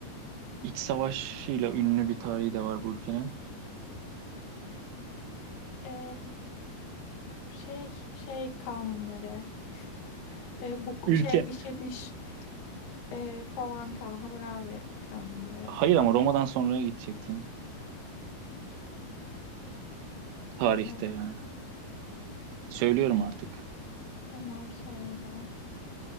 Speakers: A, on the right; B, on the left.
A: İç savaşıyla ünlü bir tarihi de var bu ülkenin.
B: E, şey şey kanunları. E, bu
A: Ülke.
B: şey dişe diş e, falan kan Hammurabi kanunları.
A: Hayır ama Roma'dan sonraya gidecektin. Tarihte
B: Roma'dan.
A: yani. Söylüyorum artık.
B: Tamam söyle.